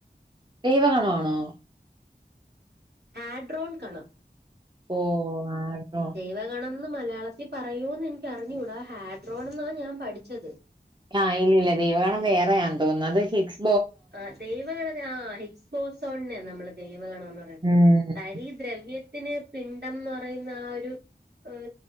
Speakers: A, on the right (about 25°); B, on the right (about 70°).
A: ദൈവഗണം ആണോ
B: ആഡ്രോൺ കണം
A: ഓ ആഡ്രോ
B: ദൈവഗണോന്ന് മലയാളത്തിൽ പറയൂന്ന് എനിക്ക്റിഞ്ഞുകൂടാ ഹാഡ്രോൺ എന്നാ ഞാൻ പഠിച്ചത്
A: ആഹ് ഇല്ല ഇല്ല ദൈവഗണ വേറെയാ തോന്നത് അത് ഹിസ്
B: ആ ദൈവഗണത ആ ഹിക്സ്പോസോണെ നമ്മള് ദദേവഗണന്ന് പറയുന്നത്
A: ഉം
B: തരി ദ്രവ്യത്തിന് പിണ്ഡംന്ന് പറയുന്ന ആ ഒരു ഏഹ